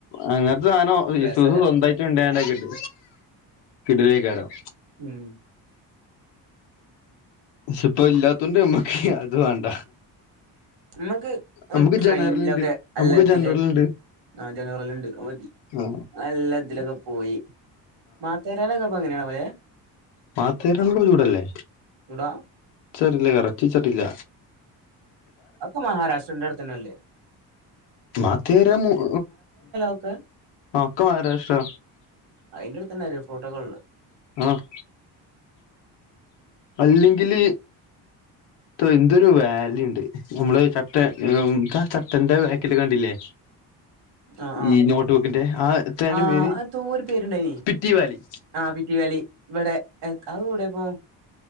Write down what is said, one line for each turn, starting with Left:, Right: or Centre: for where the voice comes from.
Left: അങ്ങനത്തെ സാധനം
Right: രസാകാരം
Left: ഇഫൂക്ക് സ്വന്തായിട്ട് ഉണ്ടായണ്ടക്കട്ട് കിടിലേക്കാരം
Right: ഉം
Left: <unintelligible> ഇപ്പോ ഇല്ലാത്തോണ്ട് നമ്മക്ക് അത് വേണ്ട
Right: നമുക്ക്
Left: നമുക്ക്
Right: ട്രെയിനിലൊക്കെ
Left: ജനറല്ണ്ട് നമുക്ക്
Right: എല്ലാത്തിലായിട്ട്
Left: ജനറല്ണ്ട്
Right: ജനറലിണ്ട് ഔ
Left: ആ
Right: മതിഎല്ലാത്തിലൊക്കെ പോയി മതു രെലൊക്കെ <unintelligible>
Left: പാതരണ ചൂടല്ലേ
Right: ഇവിടാ
Left: ചരില്ല ഇറച്ചി ചട്ടല്ല
Right: അഒക്കെ മഹാരാഷ്ട്രന്റെ അടുത്തന്നല്ലേ
Left: മതിരാ മുഅ്
Right: ഒക്കെ
Left: ആ ഒക്കെ മഹാരാഷ്ട്ര
Right: അതിന്റെ അടുത്തന്നെ ഒരു ഫോട്ടോകള്
Left: ആഹ് ഇല്ലെങ്കില് എന്തൊരു വാല്യുണ്ട് നമ്മള് ചട്ട ഉം ചട്ടന്റെ വാക്കില് കണ്ടില്ലേ
Right: ആഹ ആഹ
Left: ഈ നോട്ട് ബുക്കിന്റെ ആ എത്തേന്റെ
Right: ആ
Left: പേര്
Right: അ ന്തോര് പേരുണ്ടായിന്
Left: സ്പിറ്റി വാലി
Right: ആ പിറ്റി വാലി ഇവിടെ <unintelligible>